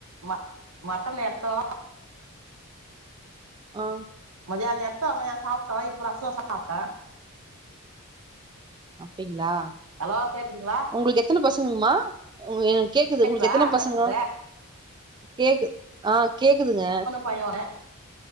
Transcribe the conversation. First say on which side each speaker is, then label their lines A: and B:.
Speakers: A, on the right (about 75°); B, on the right (about 20°).
A: ம மட்டன் எடுத்தோ
B: ஆ
A: மதியான எடுத்த மைய சாப்ட்ட இப்ப ரச சாப்ட்ட.
B: அப்டிங்களா
A: அலோ கேக்குதுங்களா
B: உங்களுக்கு எத்தன பசங்கமா உங்க இது கேக்குது
A: கேக்குதா
B: உங்களுக்கு எத்தன
A: பேசறது
B: பசங்க கேக்குது ஆ கேக்குதுங்க
A: பையோ ஓன்ன